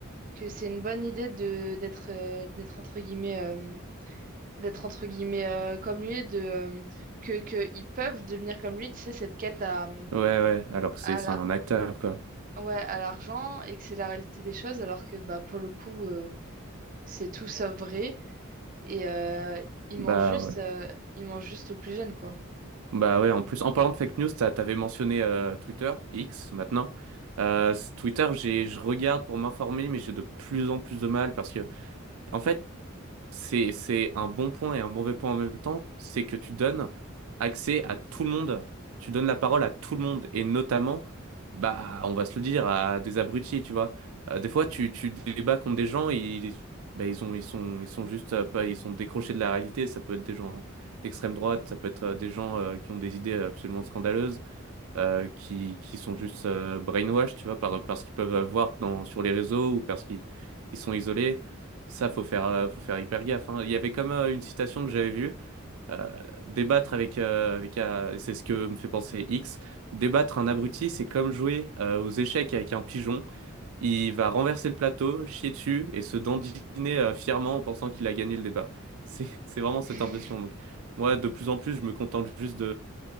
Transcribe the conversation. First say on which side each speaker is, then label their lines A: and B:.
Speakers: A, on the right (about 40°); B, on the right (about 85°).
A: que c'est une bonne idée de d'être euh, d'être entre guillemets euh, d'être entre guillemets euh, comme lui de euh, que que ils peuvent devenir comme lui tu sais cette quête à euh,
B: ouais, ouais, alors que c'est
A: à
B: c'est
A: la
B: un acteur, quoi.
A: ouais à l'argent et que c'est la réalité des choses alors que bah pour le coup euh, c'est tout sauf vrai et euh, ils
B: Bah
A: mangent juste
B: ouais.
A: euh, ils mangent juste aux plus jeunes quoi
B: Bah ouais, en plus, en parlant de fake news, t'as- t'avais mentionné euh, Twitter, X maintenant. Euh, c- Twitter, j'ai, je regarde pour m'informer, mais j'ai de plus en plus de mal parce que, en fait, c'est, c'est un bon point et un mauvais point en même temps, c'est que tu donnes accès à tout le monde, tu donnes la parole à tout le monde, et notamment, bah, on va se le dire, à des abrutis, tu vois. Euh, des fois, tu, tu débats contre des gens, ils, bah, ils ont, ils sont, ils sont juste, euh, pas, ils sont décrochés de la réalité, ça peut être des gens d'extrême droite, ça peut être euh, des gens euh, qui ont des idées absolument scandaleuses, euh, qui, qui sont juste euh, brainwash, tu vois, par, parce qu'ils peuvent voir dans, sur les réseaux ou parce qu'ils ils sont isolés. Ça, faut faire, euh, faut faire hyper gaffe. hein. Il y avait comme euh, une citation que j'avais vue, euh, débattre avec, euh, avec un- et c'est ce que me fait penser X, débattre un abruti, c'est comme jouer euh, aux échecs avec un pigeon. Il va renverser le plateau, chier dessus et se dandiner euh, fièrement en pensant qu'il a gagné le débat. C'est, <laughs> c'est vraiment cette
A: <laughs>
B: impression. Donc, moi, de plus en plus, je me contente juste